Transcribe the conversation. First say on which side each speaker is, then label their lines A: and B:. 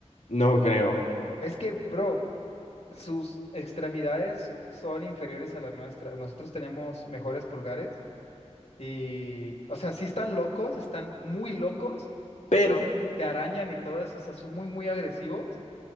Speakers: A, on the left (about 80°); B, on the left (about 60°).
A: no creo.
B: Es que, bro, sus extremidades son inferiores a las nuestras. Nosotros tenemos mejores pulgares y, o sea, sí están locos, están muy locos
A: Pero,
B: te, te arañan y todo eso, o sea, son muy, muy agresivos,